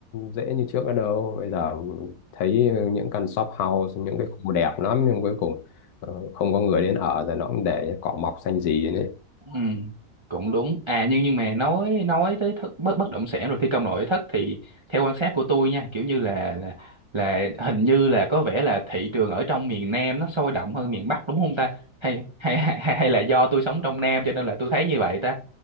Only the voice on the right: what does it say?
Ừ, cũng đúng. À nhưng nhưng mà nói nói tới thất, bất bất động sản rồi thi công nội thất thì theo quan sát của tôi nha, kiểu như là là là hình như là có vẻ là thị trường ở trong miền Nam nó sôi động hơn miền Bắc đúng không ta? Hay hay hay, hay là do tôi sống trong Nam cho nên là tôi thấy như vậy ta?